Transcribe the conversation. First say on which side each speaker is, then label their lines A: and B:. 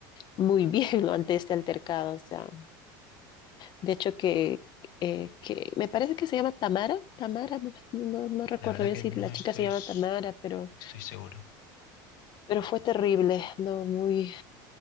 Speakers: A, on the left; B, on the left.
A: muy <laughs> bien, ¿no? Ante este altercado. O sea, de hecho que, eh, que me parece que se llama Tamara. Tamara, no, no no recuerdo
B: La verdad
A: bien
B: que
A: si
B: no
A: la
B: estoy,
A: chica se llama
B: s-
A: Tamara, pero,
B: no estoy seguro.
A: pero fue terrible, ¿no? Muy